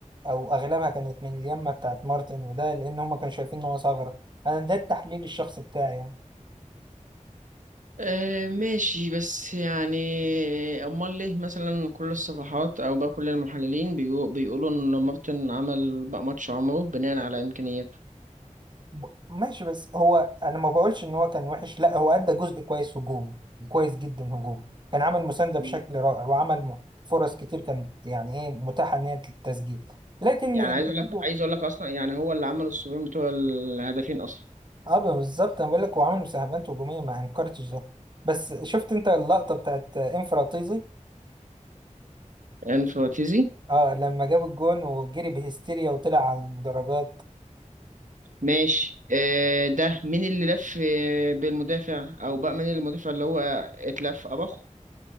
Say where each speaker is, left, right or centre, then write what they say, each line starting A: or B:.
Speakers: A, on the right (about 35°); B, on the right (about 75°).
A: أو أغلبها كانت من اليمة بتاعت مارتن وده لأن هما كانوا شايفين إن هو ثغرة أنا ده التحليل الشخصي بتاعي يعني
B: آه ماشي بس يعني امال ليه مثلا كل الصفحات او بقى كل المحللين بيقو- بيقولوا ان مارتن عمل بقى ماتش عمره بناء على امكانياته
A: ب- ماشي بس هو انا ما بقولش ان هو كان وحش لا هو ادى جزء كويس هجوم كويس جدا هجوم كان عمل مساندة
B: مم.
A: بشكل رائع وعمل م- فرص كتير كانت يعني ايه متاحة ان هي للتسجيل لكن
B: يعني
A: انت
B: عايز اقول لك
A: برضه
B: عايز اقول لك اصلا يعني هو اللي عمل الصفين بتوع الهدفين اصلا
A: اه بالظبط انا بقول لك هو عمل مساهمات هجومية ما انكرتش ده بس شفت انت اللقطة بتاعت انفراطيزي
B: يعني فراتيزي
A: اه لما جاب الجون وجري بهستيريا وطلع على المدرجات
B: ماشي آه، ده مين اللي لف آه، بالمدافع او بقى مين المدافع اللي هو اتلف اباخو